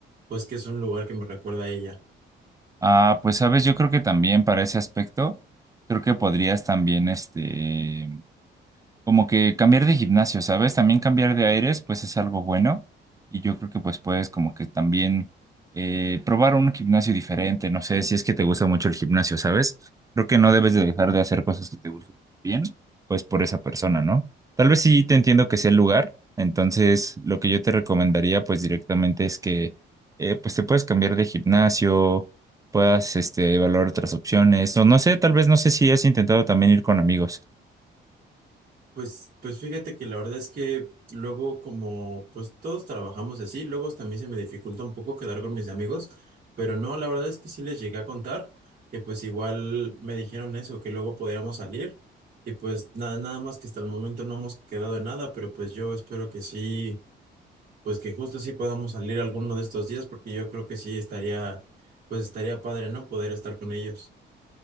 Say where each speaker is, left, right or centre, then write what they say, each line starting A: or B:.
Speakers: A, on the right (about 40°); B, on the right (about 15°).
A: pues que es un lugar que me recuerda a ella.
B: Ah, pues sabes, yo creo que también para ese aspecto creo que podrías también este como que cambiar de gimnasio, ¿sabes? También cambiar de aires, pues es algo bueno. Y yo creo que pues puedes como que también eh, probar un gimnasio diferente. No sé si es que te gusta mucho el gimnasio, ¿sabes? Creo que no debes de dejar de hacer cosas que te gusten bien, pues por esa persona, ¿no? Tal vez sí te entiendo que sea el lugar. Entonces, lo que yo te recomendaría pues directamente es que eh, pues te puedes cambiar de gimnasio, puedas este, evaluar otras opciones. O no sé, tal vez no sé si has intentado también ir con amigos.
A: Pues, pues fíjate que la verdad es que luego como pues todos trabajamos así, luego hasta a mí se me dificulta un poco quedar con mis amigos, pero no, la verdad es que sí les llegué a contar y pues igual me dijeron eso, que luego podíamos salir y pues nada, nada más que hasta el momento no hemos quedado en nada, pero pues yo espero que sí, pues que justo sí podamos salir alguno de estos días porque yo creo que sí estaría, pues estaría padre, ¿no? Poder estar con ellos.